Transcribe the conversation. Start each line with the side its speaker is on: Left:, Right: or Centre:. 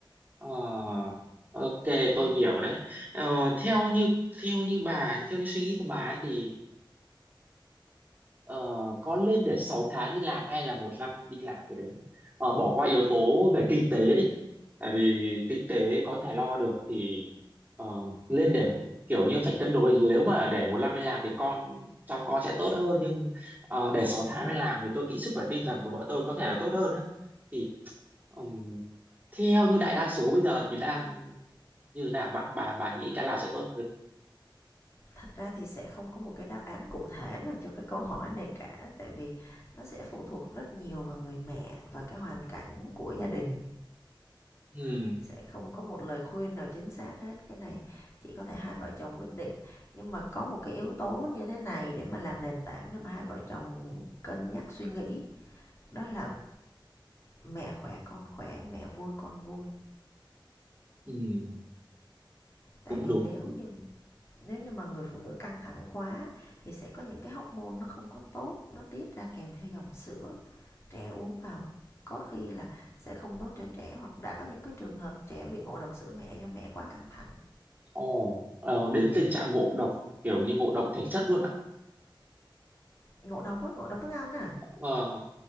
Right: Ờ, ok
Left: Ừm.
Right: tôi hiểu đấy Ờ, theo như theo như bà theo như suy nghĩ của bà ấy thì Ờ, có lên để 6 tháng đi làm hay là một năm đi làm cái đấy ờ, bỏ qua yếu tố về kinh tế đi tại vì kinh tế có thể lo được thì ờ, lên để kiểu như phải cân đối nếu mà để một năm đi làm thì con trong con sẽ tốt hơn nhưng ờ, để 6 tháng đi làm thì tôi nghĩ sức khỏe tinh thần của vợ tôi có thể là tốt hơn á thì ừm, theo như đại đa số bây giờ thì đang như nào bạn bà bà nghĩ cái nào sẽ tốt hơn
Left: thật ra thì sẽ không có một cái đáp án cụ thể nào cho cái câu hỏi này cả tại vì nó sẽ phụ thuộc rất nhiều vào người mẹ và cái hoàn cảnh của gia đình
Right: Ừm,
Left: sẽ không có một lời khuyên nào chính xác hết cái này chỉ có thể hai vợ chồng quyết định nhưng mà có một cái yếu tố như thế này để mà làm nền tảng để mà hai vợ chồng cân nhắc suy nghĩ đó là mẹ khỏe con khỏe mẹ vui con vui
Right: ừm,
Left: tại
Right: cũng
Left: vì
Right: đúng
Left: nếu như nếu như mà người phụ nữ căng thẳng quá thì sẽ có những cái hormone nó không có tốt nó tiết ra kèm theo dòng sữa trẻ uống vào có khi là sẽ không tốt cho trẻ hoặc đã có những cái trường hợp trẻ bị ngộ độc sữa mẹ do mẹ quá căng thẳng
Right: Ồ, ờ, đến tình trạng ngộ độc kiểu như ngộ độc thể chất luôn ạ.
Left: ngộ độc á ngộ độc thức ăn à
Right: Ờ,